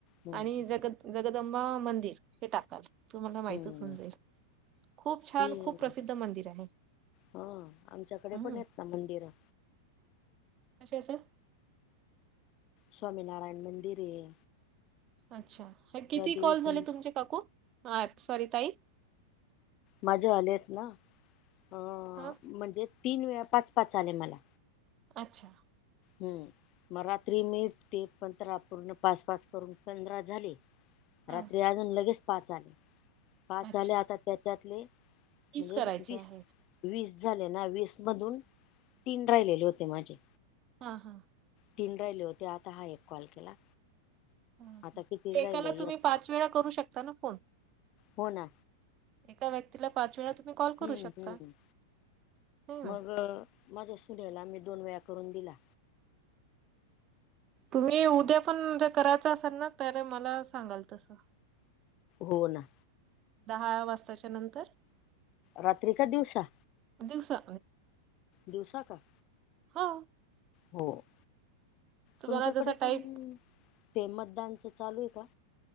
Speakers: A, on the left; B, on the right.
A: हम्म
B: आणि
A: हम्म
B: जग जगदंबा मंदिर हे टाका. तुम्हाला माहतीच
A: हम्म
B: असेल ते खूप छान
A: हे
B: खूप प्रसिद्ध मंदिर आहे.
A: हा आमच्याकडे
B: हम्म
A: पण आहेत ना मंदिरं
B: कश्याचं?
A: स्वामीनारायण मंदिर ये.
B: अच्छा किती
A: देवीचं
B: कॉल झाले तुमचे काकू आ सॉरी ताई?
A: माझे आलेत ना अ
B: हा
A: म्हणजे तीन वेळा पाच पाच आले मला.
B: अच्छा.
A: हम्म. म रात्री मी ते पंधरा पूर्ण पास पाच करून पंधरा झाले.
B: हा.
A: रात्री अजून लगेच पाच आले पाच
B: अच्छा,
A: झाले आता त्या त्यातले म्हणजे
B: करायचे
A: वीस
B: आहेत.
A: वीस झाले ना वीस मधून तीन राहिलेले होते माझे.
B: हा हा.
A: तीन राहिले होते आता हा एक कॉल केला.
B: हा ह
A: आता किती
B: एकाला
A: राहिले
B: तुम्ही
A: एक
B: पाच वेळा करू शकता ना फोन?
A: हो ना
B: एका व्यक्तीला पाच वेळा तुम्ही कॉल करू
A: हम्म
B: शकता.
A: हम्म
B: हो ना.
A: मग माझ्या सुनेला मी दोन वेळा करून दिला.
B: तुम्ही उद्या पण ज कराचं असन ना तर मला सांगाल तसं.
A: हो ना.
B: दहा वाजताच्या नंतर.
A: रात्री का दिवसा
B: दिवसा
A: दिवसा का?
B: हा.
A: हो.
B: तुम्हाला
A: तुमच्याकडे
B: जसा टाईप
A: पण ते मतदानच चालूये का?